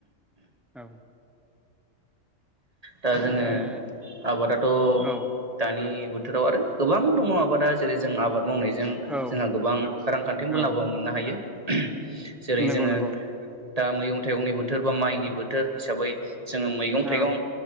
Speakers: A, in the centre; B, on the right.
A: औ
B: दा जोङो
A: ओमफ्राय
B: आबादाथ'
A: औ
B: दानि बोथोराव आरो गोबां दङ आबादा जेरै जों आबाद मावनायजों
A: औ
B: जोंहा गोबां रांखान्थि मुलाम्फा
A: औ
B: मोननो हायो‌। <unintelligible> जेरै
A: नंगौ
B: जोङो
A: नंगौ
B: दा मैगं थाइगंनि बोथोर बा माइनि बोथोर हिसाबै जोङो मैगं-थाइगं
A: औ